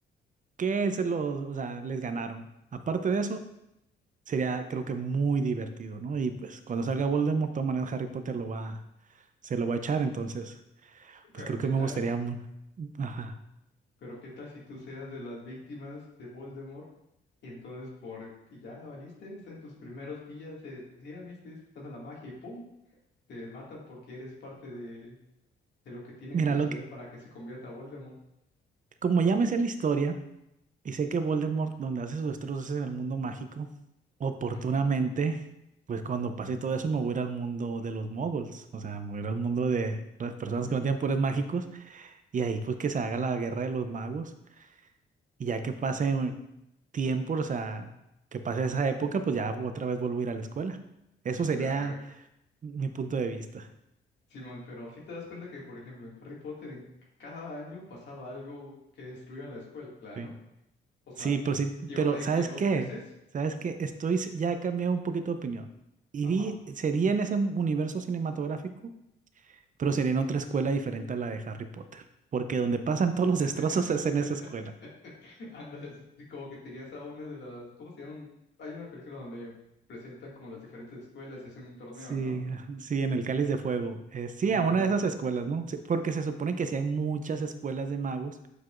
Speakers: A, on the right; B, on the left.
A: que se los, o sea, les ganaron. Aparte de eso, sería creo que muy divertido, ¿no? Y pues cuando salga Voldemort, de todas maneras Harry Potter lo va se lo va a echar, entonces, pues
B: pero
A: creo
B: ¿qué
A: que me
B: tal?
A: gustaría mu- ajá.
B: Pero ¿qué tal si tú seas de las víctimas de Voldemort? Entonces, por, y ya valiste, o sea, en tus primeros días de decir, a mí estoy disfrutando la magia y ¡pum! Te matan porque eres parte de de lo que tiene
A: Mira,
B: que suceder
A: lo que
B: para que se convierta a Voldemort.
A: como ya me sé la historia y sé que Voldemort donde hace sus destrozos es en el mundo mágico, oportunamente
B: Ujú.
A: Pues cuando pase todo eso me voy a ir al mundo de los moguls, o sea, me voy a ir al mundo de las personas que no tienen poderes mágicos Y ahí pues que se haga la guerra de los magos y ya que pase tiempo, o sea, que pase esa época, pues ya otra vez vuelvo a ir a la escuela. Eso sería
B: Pero a ver,
A: mi punto de vista.
B: Simón, pero si te das cuenta que, por ejemplo, en Harry Potter en cada año pasaba algo que destruía la escuela,
A: Sí.
B: ¿no? O
A: Sí,
B: sea,
A: pero sí,
B: ibas
A: pero
B: a
A: ¿sabes
B: ir que dos
A: qué?
B: meses.
A: ¿Sabes qué? Estoy, s- ya he cambiado un poquito de opinión. Irí-
B: Ajá.
A: sería en ese universo cinematográfico, pero sería en otra escuela diferente a la de Harry Potter, porque donde pasan todos los
B: <laughs>
A: destrozos es en esa escuela.
B: Ándale, sí, como que tenías a una de las, ¿cómo se llaman? Hay una película donde presentan como las diferentes escuelas y hacen un torneo,
A: Sí,
B: ¿no?
A: <laughs> ajá, sí, en el Cáliz de Fuego. Eh, sí,
B: Ándale,
A: a una de esas escuelas, ¿no? Sí, porque se supone que sí hay muchas escuelas de magos,